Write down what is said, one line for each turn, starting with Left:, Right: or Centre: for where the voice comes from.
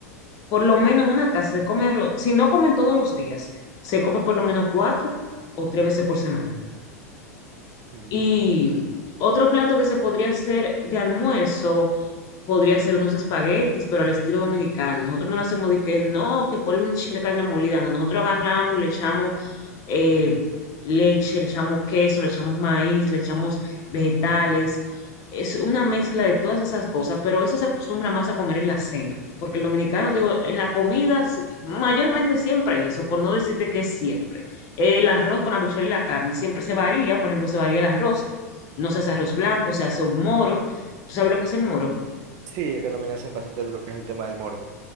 Left: por lo menos en una casa se come arroz. Si no comen todos los días, se comen por lo menos cuatro o tres veces por semana.
Right: Mm.
Left: Y otro plato que se podría hacer de almuerzo podría hacer unos espaguetis, pero al estilo dominicano. Nosotros no lo hacemos de que no, que ponle un chin de carne molida. No, nosotros agarramos y le echamos eh, leche, le echamos queso, le echamos maíz, le echamos vegetales. Es una mezcla de todas esas cosas, pero eso se acostumbra más a comer en la cena, porque el dominicano, digo, en la comida, si- mayormente siempre eso, por no decirte que es siempre. El arroz con la habichuela y la carne siempre se varía, por ejemplo, se varía el arroz, no se hace arroz blanco, se hace un moro. ¿Tú sabes lo que es el moro?
Right: Sí, acá también hacen bastante lo que es el tema del moro.